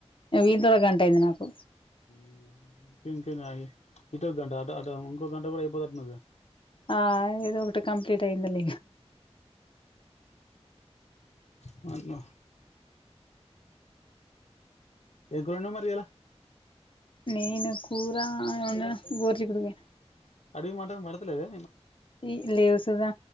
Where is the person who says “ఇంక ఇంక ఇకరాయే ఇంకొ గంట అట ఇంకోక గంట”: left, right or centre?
Left